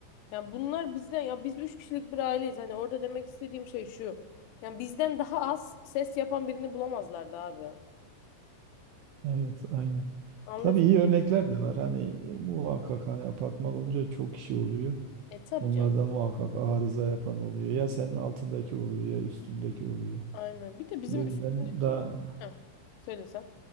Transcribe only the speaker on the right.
Evet aynen.
Tabii iyi örnekler de var. Hani e, muhakkak hani apartman olunca çok kişi oluyor.
Onlardan
muhakkak arıza yapan oluyor. Ya senin altındaki oluyor ya üstündeki oluyor.
Benim,
benim daha,